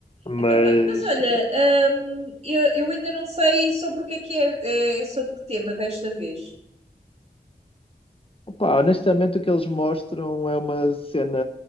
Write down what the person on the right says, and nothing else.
epá, ma- mas olha, hum, eu, eu ainda não sei sobre o que é que é, é sobre que tema desta vez.